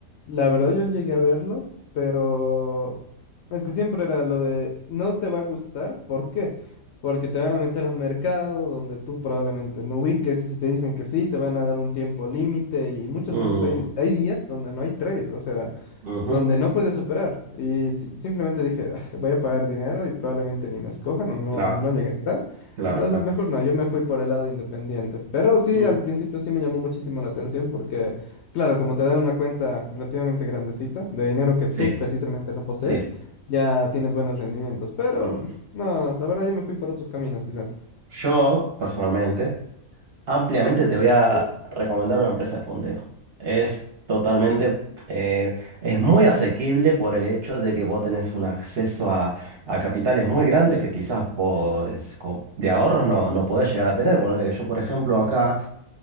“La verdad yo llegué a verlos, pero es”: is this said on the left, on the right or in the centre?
Left